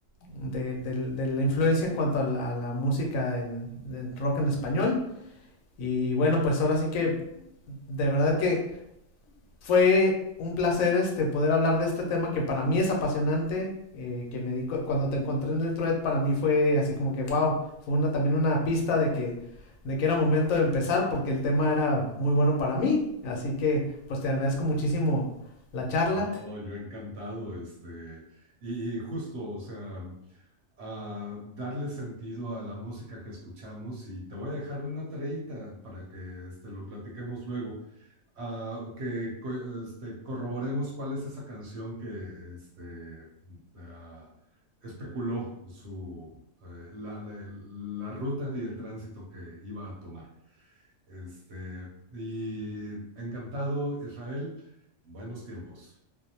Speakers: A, on the left; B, on the right.
A: de, de, de la influencia en cuanto a la, a la música en de rock en español. Y bueno, pues ahora sí que de verdad que fue un placer este, poder hablar de este tema que para mí es apasionante, eh, que me di cuando te encontré en el thread para mí fue así como que wow, fue una también una pista de que de que era momento de empezar porque el tema era muy bueno para mí, así que pues te agradezco muchísimo la charla.
B: No, yo encantado, este, y, y justo, o sea, a darle sentido a la música que escuchamos y te voy a dejar una tareita para que este, lo platiquemos luego. ah, que co- este, corroboremos cuál es esa canción que este, ah, especuló su, eh, la, la- la ruta y el tránsito que iba a tomar. Este, y encantado, Israel. Buenos tiempos.